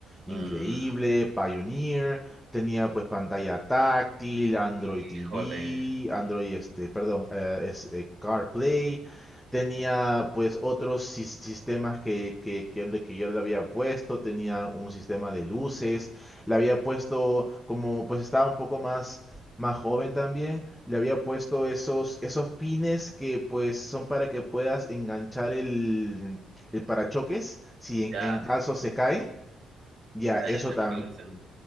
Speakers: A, on the right; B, in the centre.
A: Mm,
B: increíble, Pioneer. Tenía pues pantalla táctil, Android
A: híjole.
B: TV, Android, este, perdón, eh, es, eh, CarPlay. Tenía pues otros sis- sistemas que, que, que, que yo le había puesto. Tenía un sistema de luces le había puesto, como pues estaba un poco más, más joven también, le había puesto esos, esos pines que pues son para que puedas enganchar el, el parachoques si
A: Ya,
B: en, en caso se cae. Ya,
A: ya,
B: eso
A: ya.
B: tam...
A: ya, ya.